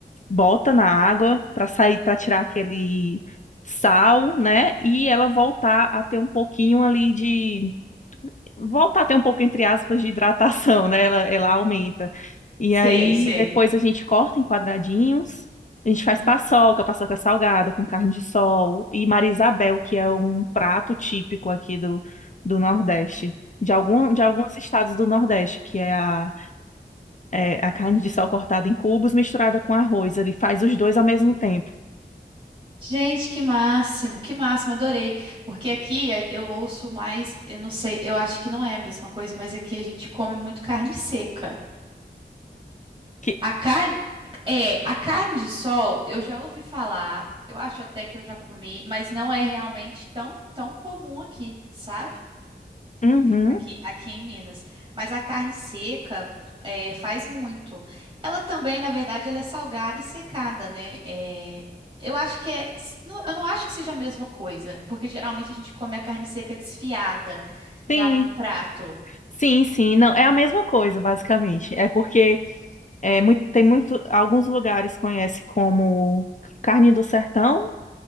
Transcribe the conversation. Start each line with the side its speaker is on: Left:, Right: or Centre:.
Left: bota na água para sair, para tirar aquele sal, né? E ela voltar a ter um pouquinho ali de voltar a ter um pouco, entre aspas, de hidratação, né? Ela, ela aumenta. E
Right: sei,
Left: aí
Right: sei.
Left: depois a gente corta em quadradinhos, a gente faz
Right: Hum.
Left: paçoca, paçoca salgada com carne de sol e Marisabel, que é um prato típico aqui do, do Nordeste. De, algum, de alguns estados do Nordeste, que é a, é a carne de sol cortada em cubos misturada com arroz. Ele faz os dois ao mesmo tempo.
Right: Gente, que máximo, que máximo, adorei. Porque aqui eh, eu ouço mais, eu não sei, eu acho que não é a mesma coisa, mas aqui a gente come muito carne seca.
Left: Que,
Right: A carne, é, a carne de sol, eu já ouvi falar, eu acho até que eu já comi, mas não é realmente tão, tão comum aqui, sabe?
Left: uhum,
Right: Aqui, aqui em Minas. Mas a carne seca é, faz muito. Ela também, na verdade, ela é salgada e secada, né? É, eu acho que é. s- não- Eu não acho que seja a mesma coisa, porque geralmente a gente come a carne seca desfiada em
Left: sim,
Right: algum prato.
Left: sim, sim. Não, é a mesma coisa, basicamente. É porque É, muito, tem muito, alguns lugares conhece como carne do sertão,